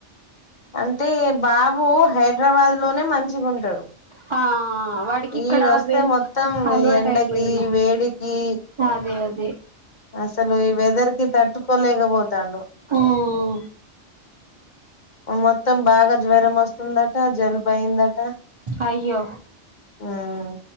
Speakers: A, on the left; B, on the right.
A: అంటే బాబు హైడ్రాబాద్ లోనే మంచిగా ఉంటాడు.
B: హాఆఆ వాడికి ఇక్కడ
A: ఈడొస్తే
B: వేస్
A: మొత్తం
B: అలవాటు
A: ఈ ఎండకి
B: అయిపొయింది.
A: వేడికి
B: అదే అద్
A: అసలు ఈ వెదర్ కి తట్టుకోలేకపోతాడు.
B: ఉమ్
A: ఓ మొత్తం బాగా జ్వరం వస్తుందట జలుబు అయిందట.
B: అయ్యో
A: ఉమ్